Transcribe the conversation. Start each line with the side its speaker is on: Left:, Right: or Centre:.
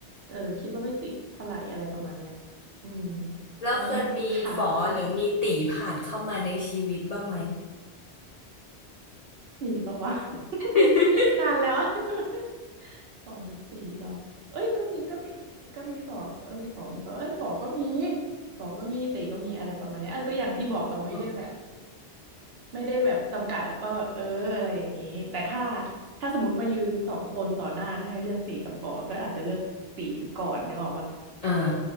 Right: เออ คิดว่าไม่ติดเท่าไหร่อะไรประมาณเนี้ยอืม
Left: แล้วเคยมีฝอหรือมีตีผ่านเข้ามาในชีวิตบ้างไหม
Right: ได้หมดค่ะ มีปะวะ <laughs>
Left: <laughs>
Right: นานแล้วอะ <laughs> ฝอหรือตีเหรอเอ้ยก็มีก็มีก็มีฝอเอ้ยฝอมีปะเอ้ยฝอก็มีฝอก็มีตีก็มีอะไรประมาณเนี้ยเออก็อย่างที่บอกเราไม่ได้แบบ
Left: อืม <laughs>
Right: ไม่ได้แบบจำกัดอะว่าแบบเอออะไรอย่างนี้แต่ถ้าถ้าสมมติมายืนสองคนต่อหน้าถ้าให้เลือกตีกับฝอก็อาจจะเลือกตีก่อนนึกออกปะ
Left: อ่า
Right: เออ